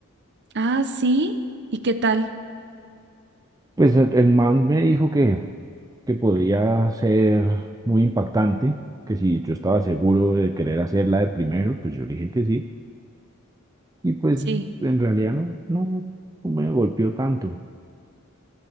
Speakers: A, on the right (about 50°); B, on the right (about 15°).
A: Ah, sí. ¿Y qué tal?
B: Pues el, el man me dijo que, que podría ser muy impactante, que si yo estaba seguro de querer hacerla de primero, pues yo le dije que sí. Y pues
A: Sí.
B: en realidad no, no, no me golpeó tanto.